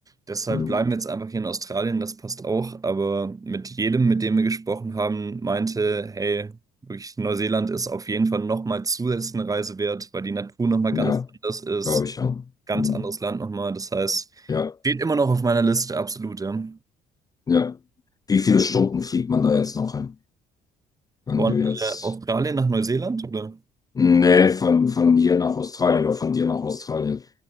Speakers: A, on the right (about 20°); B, on the left (about 20°).
A: Deshalb
B: Mhm.
A: bleiben wir jetzt einfach hier in Australien, das passt auch. Aber mit jedem, mit dem wir gesprochen haben, meinte, hey, wirklich, Neuseeland ist auf jeden Fall nochmal zusätzlich eine Reise wert, weil die Natur nochmal
B: Ja,
A: ganz anders ist.
B: glaube ich, ja.
A: Ganz
B: Mhm.
A: anderes Land nochmal. Das heißt,
B: Ja,
A: steht immer noch auf meiner Liste, absolut, ja.
B: ja. Wie viele Stunden fliegt man da jetzt noch hin, wenn
A: Von
B: du jetzt.
A: äh, Australien nach Neuseeland, oder?
B: Nee, von, von hier nach Australien oder von dir nach Australien.